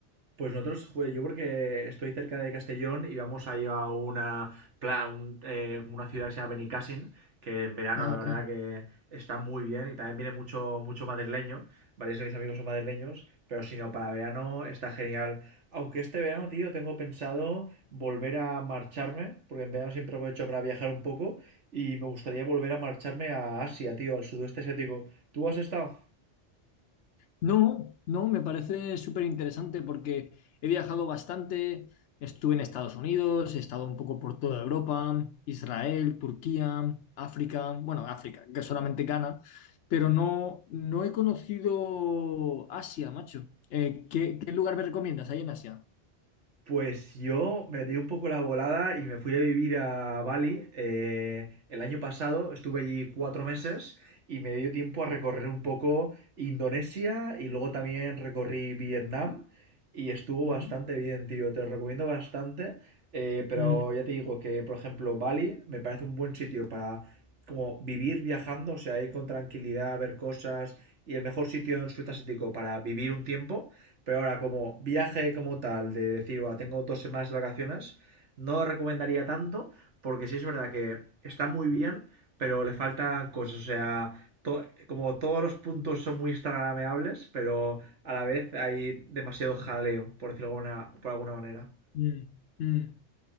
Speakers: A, on the right; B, on the left.
A: Pues nosotros, pues, yo porque estoy cerca de Castellón y vamos a ir a una, pla- un, eh, una ciudad que se llama Benicàssim, que en verano
B: Ah,
A: la
B: ok.
A: verdad que está muy bien y también viene mucho, mucho madrileño, varios de mis amigos son madrileños, pero si no, para verano está genial. Aunque este verano, tío, tengo pensado volver a marcharme, porque en verano siempre aprovecho para viajar un poco y me gustaría volver a marcharme a Asia, tío, al sudeste asiático. ¿Tú has estado?
B: No, no, me parece súper interesante porque he viajado bastante, estuve en Estados Unidos, he estado un poco por toda Europa, Israel, Turquía, África, bueno, África, que solamente Ghana, pero no, no he conocido Asia, macho. Eh, ¿qué, qué lugar me recomiendas ahí en Asia?
A: Pues yo me di un poco la volada y me fui a vivir a Bali. eh, el año pasado estuve allí cuatro meses y me dio tiempo a recorrer un poco Indonesia y luego también recorrí Vietnam y estuvo
B: Ujú.
A: bastante bien, tío. Te lo recomiendo bastante. eh, pero
B: Mm,
A: ya te digo que, por ejemplo, Bali me parece un buen sitio para como vivir viajando, o sea, ir con tranquilidad, ver cosas y el mejor sitio en Sudeste Asiático para vivir un tiempo. Pero ahora, como viaje como tal, de decir, "Buah, tengo dos semanas de vacaciones, no lo recomendaría tanto, porque sí es verdad que está muy bien, pero le faltan cosas. O sea, to- como todos los puntos son muy instagrameables, pero a la vez hay demasiado jaleo, por decirlo de alguna- por alguna manera.
B: mm, mm.